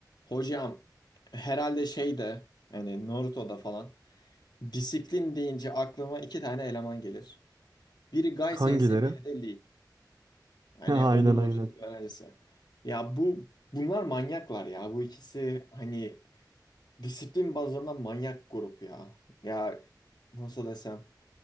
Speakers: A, on the left; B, on the right.
A: Hocam herhalde şeyde yani Naruto'da falan disiplin deyince aklıma iki tane eleman gelir. Biri Gai
B: Hangileri?
A: Sensei, biri de Lee. Hani
B: <laughs> Aynen
A: onun hoca
B: aynen.
A: öğrencisi. Ya bu bunlar manyaklar ya. Bu ikisi hani disiplin bazında manyak grup ya. Ya nasıl desem.